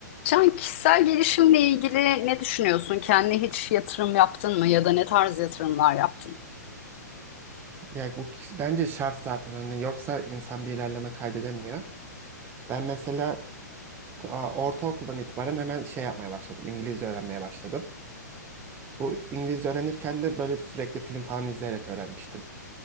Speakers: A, on the left; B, on the right.
A: Can, kişisel gelişimle ilgili ne düşünüyorsun? Kendine hiç yatırım yaptın mı ya da ne tarz yatırımlar yaptın?
B: Ya bu kişi- bence şart zaten hani yoksa insan bir ilerleme kaydedemiyor. Ben mesela ta- ortaokuldan itibaren hemen şey yapmaya başladım. İngilizce öğrenmeye başladım. Bu İngilizce öğrenirken de böyle sürekli film falan izleyerek öğrenmiştim.